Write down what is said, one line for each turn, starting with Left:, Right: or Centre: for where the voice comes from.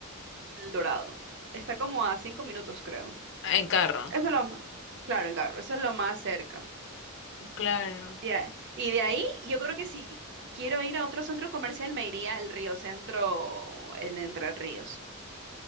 Right: El Dorado. Está como a cinco minutos, creo.
Left: En carro.
Right: Eso es lo más, claro, en carro, eso es lo más cerca.
Left: Claro.
Right: Ya. Y de ahí, yo creo que si quiero ir a otro centro comercial, me iría al Río Centro, el de Entre Ríos.